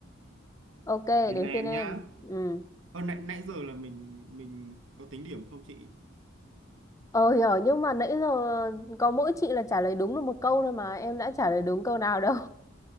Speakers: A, on the left; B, on the right.
A: Ok, đến
B: đến là em
A: phiên em.
B: nhá.
A: Ừ.
B: Ờ nãy nãy giờ là mình mình có tính điểm không chị?
A: Ờ hiểu nhưng mà nãy giờ có mỗi chị là trả lời đúng được một câu thôi mà em đã trả lời đúng câu nào đâu.